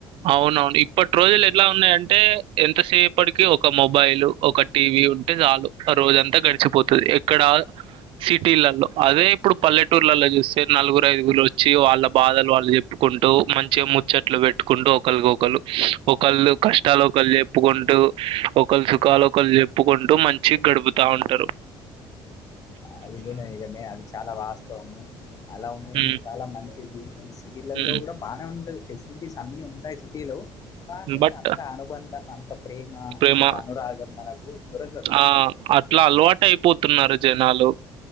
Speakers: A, on the right; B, on the left.
A: అవునవును ఇప్పటి రోజులు ఎట్లా ఉన్నాయంటే ఎంతసేపటికి ఒక మొబైల్ ఒక టి వి ఉంటే చాలు ఆ రోజంతా గడిచిపోతది ఎక్కడా సిటీలల్లో అదే ఇప్పుడు పల్లెటూర్లలో చూస్తే నలుగురు ఐదుగురు వచ్చి వాళ్ళ బాధలు వాళ్ళు చెప్పు కుంటూ మంచిగా ముచ్చట్లు పె ట్టుకుంటూ ఒకళ్ళకి ఒకళ్ళు ఒకళ్ళు కష్టాలు ఒకళ్ళు చెప్పుకుంటూ ఒకళ్ళు సుఖాలు ఒకళ్ళు చెప్పుకుంటూ మంచిగా గడుపుతా ఉంటరు.
B: అది కూడా నిజమే. అది చాలా వాస్తవము. అలా ఉండడమే
A: హ్మ్.
B: చాలా మంచిది. ఈ సిటీలలో
A: హ్మ్.
B: కూడా బానే ఉంటంది ఫెసిలిటీస్ అన్ని ఉంటయి సిటీలో కానీ
A: బట్
B: అంత అనుబంధం ప్రేమ
A: ప్రేమ
B: అంత అనురాగం మనకు దొరకదు సిటీలో
A: ఆ అట్లా అలవాటు అయిపోతున్నారు జనాలు.